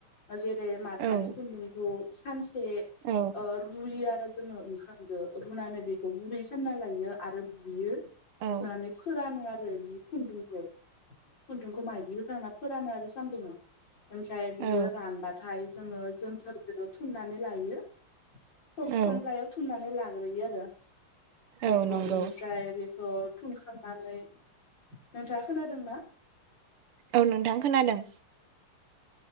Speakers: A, on the left; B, on the right.
A: जेरै माथानि
B: औ
A: खुन्दुंखौ सानसे ओ
B: औ
A: रुयो आरो जोङो ओंखाम। दो रुनानै बेखौ गुरै सोमना लायो आरो बुयो।
B: औ
A: बुनानै फोरानो आरो बि खुन्दुंखौ खुन्दुंखौ माइदि होखांना। फोरानो आरो सानदुङाव ओमफ्राय बियो
B: औ
A: रानबाथाय। जोङो जोनथोरजोंनो थुननानै लायो। ख-खम्लायाव
B: औ
A: थुमनानै लाग्रोयो आरो बेखौ
B: औ नंगौ
A: एनिफ्राय बेखौ थुनखांनानै नोंथाङा खोनादोंना?
B: औ नोंथां खोनादों।